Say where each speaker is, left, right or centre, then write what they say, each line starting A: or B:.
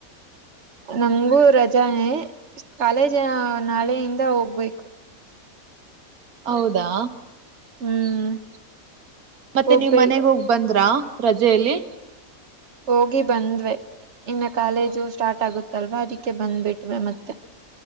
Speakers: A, on the right (about 55°); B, on the right (about 85°).
A: ನಮಗೂ ರಜಾನೆ ಕಾಲೇಜ ನಾಳೆಯಿಂದ ಹೋಗ್ಬೇಕು
B: ಹೌದಾ
A: ಹ್ಮ್
B: ಮತ್ತೆ
A: ಹೋಗ್ಬೇಕ
B: ನೀವ್ ಮನೆಗ್ ಹೋಗ್ ಬಂದ್ರಾ ರಜೆಯಲ್ಲಿ.
A: ಹೋಗಿ ಬಂದ್ವೆ ಇನ್ನ ಕಾಲೇಜು
B: ಹ
A: ಸ್ಟಾರ್ಟ್ ಆಗುತ್ತ ತಲ್ವ ಅದಕ್ಕೆ ಬಂದ್ಬಿಟ್ವೆ ಮತ್ತೆ